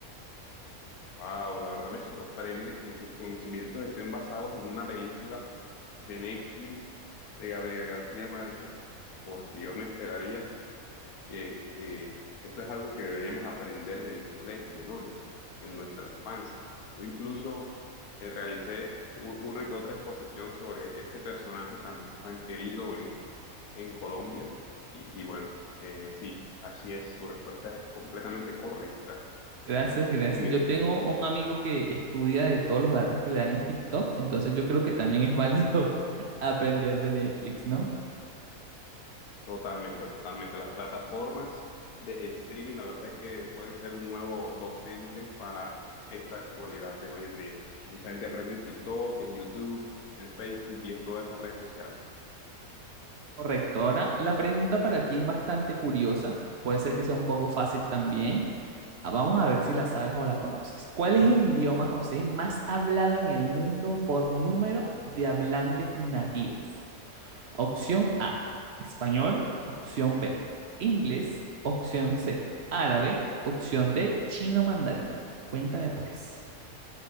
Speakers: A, on the left; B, on the right.
A: Wow, la verdad me sorprende que tus conocimientos estén basados en una película de Netflix de Gabriel García Márquez, porque yo me esperaría que eh, esto es algo que deberíamos aprender en el colegio, ¿no? En, el- en nuestra infancia. Yo incluso eh, realicé u- una que otra exposición sobre este personaje tan, tan querido en, en Colombia. Y, y bueno, eh, sí, así es, tu respuesta es completamente correcta.
B: Gracias, gracias.
A: Muy bien.
B: Yo tengo un amigo que estudia de todos los datos que le dan en TikTok, entonces yo creo que también es válido <laughs> aprender de Netflix, ¿no?
A: Totalmente, totalmente. Las plataformas de streaming, la verdad es que pueden ser un nuevo docente para esta actualidad de hoy en día. Mucha gente aprende en TikTok, en YouTube, en Facebook y en todas estas redes sociales.
B: Correcto. Ahora, la pregunta para ti es bastante curiosa, puede ser que sea un poco fácil también, Ah, Vamos a ver si la sabes o la conoces. ¿Cuál es el idioma, José, más hablado en el mundo por número de hablantes nativos? Opción A, español. Opción B, inglés. Opción C, árabe. Opción D, chino mandarín. Cuéntame pues.